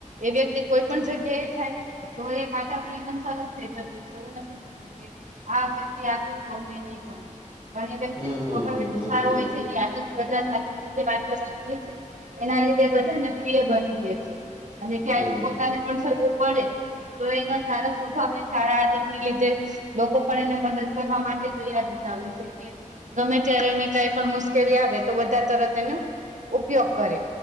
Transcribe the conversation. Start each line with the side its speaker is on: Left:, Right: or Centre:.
Right: એ વ્યક્તિ કોઈ પણ જગ્યા એ જાય તો એ વાતાવરણ એકદમ સરસ થઈ જતું છે એવું નથી થતું. આ વ્યક્તિ આવ્યો તો અમને ની ગમે- પણ એ વ્યક્તિ
Left: હમ
Right: નું
Left: હમ
Right: સ્વભાવ
Left: હમ
Right: એતો
Left: એ
Right: સારું
Left: તો
Right: હોય
Left: જ
Right: છે એની આદત- બધા સાથે રીતે વાત કરવાની હોય છે એના લીધે બધાને પ્રિય બની રહેે છે. છે અને ક્યારેય
Left: તેજ ને
Right: પોતાની પણ જરૂર- પડે તો એના સારા સ્વભાવ ને સારા આદત ની લીધે- લોકો પણ એને મદદ કરવા માટે તૈયાર રહેતા હોય છે. કે- ગમે ત્યારે એને કઈ પણ મુશ્કેલી આવે તો બધા તરત એને- ઉપયોગ કરે